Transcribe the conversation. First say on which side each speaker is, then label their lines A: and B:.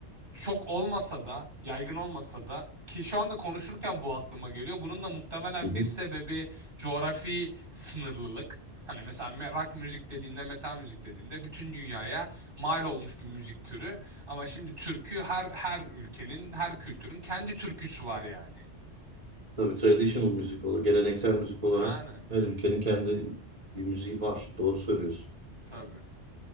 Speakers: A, on the right; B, on the right.
A: çok olmasa da, yaygın olmasa da ki şu anda konuşurken bu aklıma geliyor. Bunun da muhtemelen
B: Hı hı.
A: bir sebebi coğrafi sınırlılık. Hani mesela me- rock müzik dediğinde, metal müzik dediğinde bütün dünyaya mal olmuş bir müzik türü. Ama şimdi türkü her her ülkenin, her kültürün kendi türküsü var yani.
B: Tabii traditional müzik olarak, geleneksel müzik olarak
A: Aynen.
B: her ülkenin kendi bir müziği var. Doğru söylüyorsun.
A: Tabii.